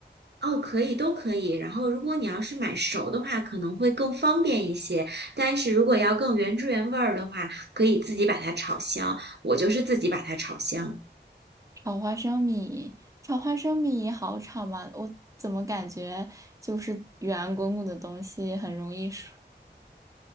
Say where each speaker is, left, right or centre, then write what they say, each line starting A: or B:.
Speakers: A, on the right (about 70°); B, on the right (about 20°).
A: 哦，可以，都可以。然后，如果你要是买熟的话，可能会更方便一些。但是如果要更原汁原味儿的话，可以自己把它炒香。我就是自己把它炒香。
B: 炒花生米，炒花生米好炒吗？我怎么感觉就是圆滚滚的东西很容易熟？